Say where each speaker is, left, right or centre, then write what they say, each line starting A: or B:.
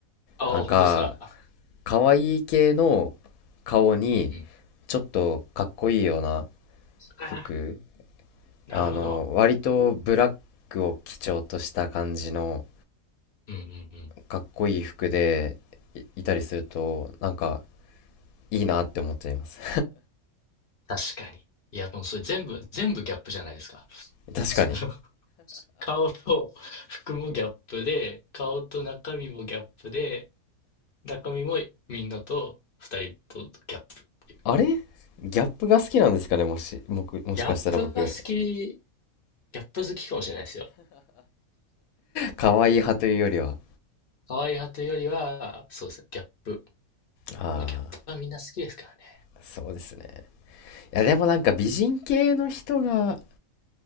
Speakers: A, on the left; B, on the left.
A: ああ、
B: なんか、
A: 本当ですか。
B: 可愛い系の顔に、
A: うんうん。
B: ちょっとかっこいいような
A: ああ、
B: 服、
A: なるほど。
B: あの、割とブラックを基調とした感じの、
A: うんうんうん。
B: かっこいい服でい、いたりするとなんかいいなって思っちゃいます
A: 確かに。いや、もうそれ全部、全部ギャップじゃないですか。<laughs>
B: <laughs> 確かに
A: その顔と服もギャップで、顔と中身もギャップで、中身もみんなと二人とギャップっていう。
B: あれギャップが好きなんですかねもし僕もしかしたら僕
A: ギャップが好き、ギャップ好きかもしれないですよ。
B: 可愛い派というよりは
A: 可愛い派というよりは、そうですね、ギャップ。
B: あ
A: まあ、ギャップはみんな好きですからね。
B: あそうですねいやでもなんか美人系の人が